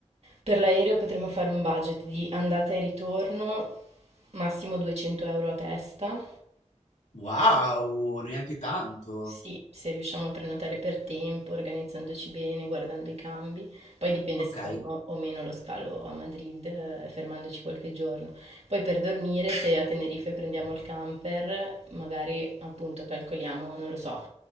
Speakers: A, on the right (about 60°); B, on the left (about 75°).
A: per l'aereo potremmo fare un budget di andata e ritorno, massimo 200 euro a testa.
B: Wow, neanche tanto.
A: Sì, se riusciamo a prenotare per tempo, organizzandoci bene, guardando i cambi. Poi dipende
B: Ok.
A: se faremo o meno lo scalo a Madrid, eh, fermandoci qualche giorno. Poi per dormire, se a Tenerife prendiamo il camper, magari appunto calcoliamo, non lo so,